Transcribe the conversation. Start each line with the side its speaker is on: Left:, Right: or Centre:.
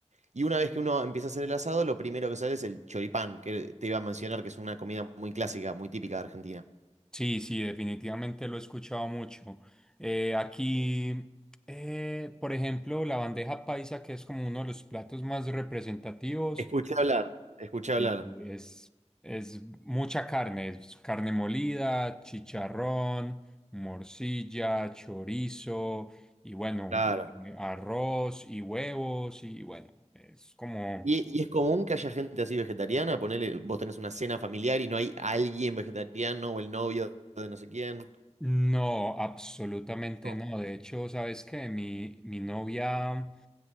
Right: Y una vez que uno empieza a hacer el asado, lo primero que sale es el choripán, que te iba a mencionar, que es una comida muy clásica, muy típica de Argentina.
Centre: Sí, sí, definitivamente lo he escuchado mucho. Eh, aquí, eh, por ejemplo, la bandeja paisa, que es como uno de los platos más representativos,
Right: Escuché hablar, escuché hablar.
Centre: y es, es mucha carne, es carne molida, chicharrón, morcilla, chorizo, y bueno,
Right: Claro.
Centre: eh, arroz y huevos, y bueno, es como...
Right: ¿Y, y es común que haya gente así vegetariana? Ponele, vos tenés una cena familiar y no hay alguien vegetariano o el novio de no sé quién.
Centre: No, absolutamente
Right: No,
Centre: no. De hecho, ¿sabes qué? Mi, mi novia,